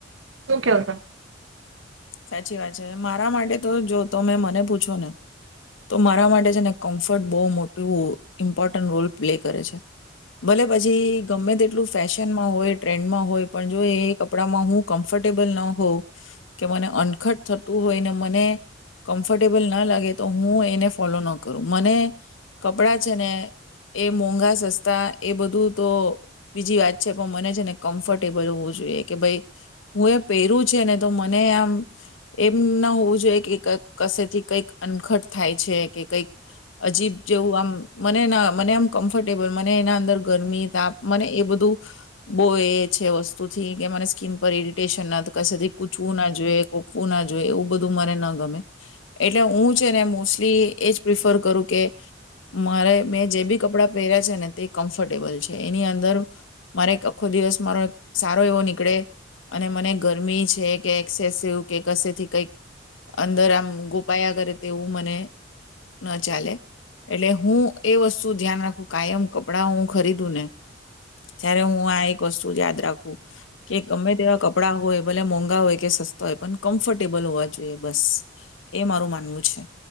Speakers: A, on the right (about 75°); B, on the left (about 75°).
A: શું કેવું તમા
B: સાચી વાત છે, મારા માટે તો જો તમે મને પૂછો ને તો મારા માટે છે, ને કમ્ફર્ટ તો બહુ મોટું મહત્વપૂર્ણ ભૂમિકા પ્લે કરે છે, ભલે પછી ગમે તેટલું ફેશન માં હોય ટ્રેન્ડમાં હોય પણ જો એ કપડામાં હું કમ્ફર્ટેબલ ન હોઉં. કે મને અનખટ થતું હોય ને મને કમ્ફર્ટેબલ ના લાગે તો હું એને ફોલો ન કરું. મને કપડાં છે ને એ મોંઘા સસ્તા એ બધું તો બીજી વાત છે. પણ મને છે ને કમ્ફર્ટેબલ હોવું જોઈએ કે ભાઈ હું એ પહેરું છે ને તો મને આમ એમ ના હોવું જોઈએ કે કશેથી કંઈક અનખટ થાય છે. કે કંઈક અજીબ જેવું આમ મને ના મને આમ કમ્ફર્ટેબલ મને એના અંદર ગરમી તાપ મને એ બધું બહુ એ છે વસ્તુથી કે મને સ્કીિન પર ઇરિટેશન ના તો કથી કૂછવું ના જોઈએ, કોપવું ના જોઈએ એવું બધું મને ના ગમે. એટલે હું છે ને મોસ્ટલી એ જ પ્રિફર કરું કે મારે મેં જે બી કપડાં પહેર્યા છે ને તે કમ્ફર્ટેબલ છે. એની અંદર મારે આખો દિવસ મારો સારો એવો નીકળે. અને મને ગરમી છે છે કે એક્સેસિવ કે કશેથી કંઈક. અંદર આમ ગોપાયા કરે. તેવું મને ન ચાલે એટલે. હું એ વસ્તુ ધ્યાન રાખું કાયમ કપડાં હું ખરીદું ને ત્યારે હું આ એક વસ્તુ યાદ રાખું કે ગમે તેવા કપડાં હોય ભલે હોય કે સસ્તા હોય પણ કમ્ફર્ટેબલ હોવા જોઈએ બસ. એ મારું માનવું છે.